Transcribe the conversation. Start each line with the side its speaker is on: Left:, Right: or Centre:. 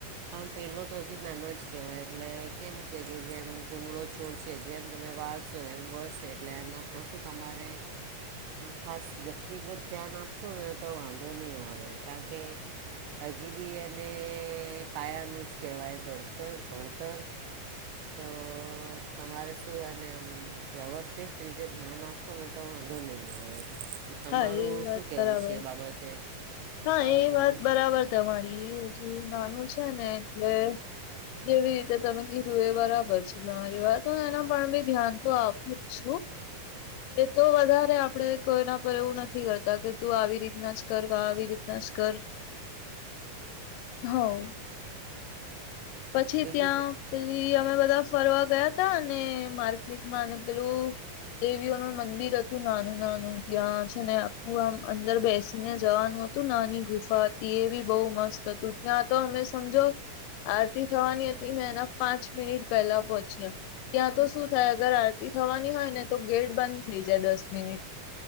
Right: પણ પેલો તો હજી નાનો જ કેવાય, એટલે કેમ છે કે, જેમ ગુમળો છોડશે, જેમ તમે વાસ તો એમ વળસે, એટલે એના પર શું તમારે ખાસ વ્યક્તિગત ધ્યાન આપશો ને, તો વાંધો નઈ આવે, કારણ કે હજીબી એને પાયાનું જ કેવાય, ઘણતર-ભણતર. તો તમારે શું? અને એમ. વ્યવસ્થિત રીતે ધ્યાન આપો ને, તો વાંધો નહીં આવે. તમારું
Left: હા એ વાત
Right: શું કેવું
Left: બરાબર
Right: છે એ બાબતે?
Left: હા,
Right: બાળકોને
Left: એ વાત બરાબર, તમારી એ હજુ નાનું છે ને, એટલે. જેવી રીતે તમે કીધું એ બરાબર છે તમારી વાત. હું એના પર બી ધ્યાન તો આપું જ છું. એ તો વધારે આપડે કોઈના એવું નથી કરતા કે, તું આવી રીતના જ કર આવી રીતના જ કરે. હવે. પછી
Right: બીજી
Left: ત્યાં
Right: ક-
Left: પેલી અમે બધા ફરવા ગયા હતા, અને માર્કેટમાં અને પેલું દેવીઓનું મંદિર હતું, નાનું-નાનું ત્યાં છે ને, આખું આમ અંદર બેસીને જવાનું હતું. તું નાની ગુફા હતી, એ બી બહુ મસ્ત હતું, ત્યાં તો અમે સમજો. આરતી થવાની હતી ને, એના પાંચ મિનિટ પહેલા પહોંચ્યા. ત્યાં તો શું થાય? અગર આરતી થવાની હોય ને, તો ગેટ બંધ થઈ જાય, દસ મિનિટ.